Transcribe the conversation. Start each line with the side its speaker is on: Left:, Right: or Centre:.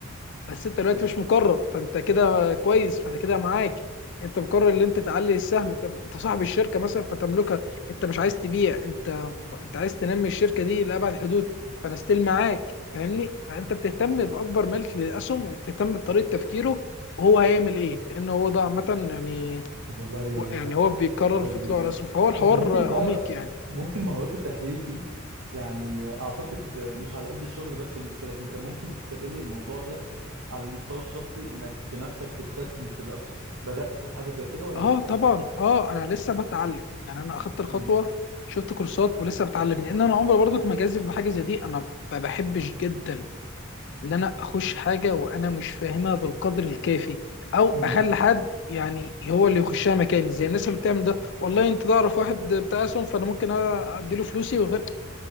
Left: بس انت دلوقتي
Right: أمم.
Left: مش مقرر فانت كده كويس فانا كده معاك انت مقرر ان انت تعلي السهم طب انت صاحب الشركه مثلا فتملكها انت مش عايز تبيع انت انت عايز تنمي الشركه دي لابعد الحدود فانا ستيل معاك فاهمني فانت بتهتم باكبر ملك للاسهم وبتهتم بطريقه تفكيره وهو هيعمل ايه لان هو ده عامه يعني
Right: طب والله
Left: هو- يعني
Right: آه،
Left: هو بيكرر
Right: كويس
Left: في
Right: جدا
Left: طلوع رسم فهو الحوار
Right: انت ممكن بقى
Left: عميق يعني
Right: ممكن مهارات التحليل دي يعني آه، اعتقد آه، مش على قد الشغل بس بالنسبة لك انت ممكن تستغل الموضوع ده على المستوى الشخصي انك بنفسك تستثمر في الاسهم بدأت حاجة زي كده ولا
Left: اه
Right: لسه؟
Left: طبعا اه انا لسه بتعلم يعني انا اخدت الخطوه
Right: امم
Left: شفت كورسات ولسه بتعلم لان انا عمري برضك ما جازف بحاجه زي دي انا ما بحبش جدا ان انا اخش حاجه وانا مش فاهمها بالقدر الكافي او
Right: امم
Left: اخلي حد يعني هو اللي يخشها مكاني زي الناس اللي بتعمل ده والله انت تعرف واحد بتاع اسهم فانا ممكن ادي له فلوسي وغير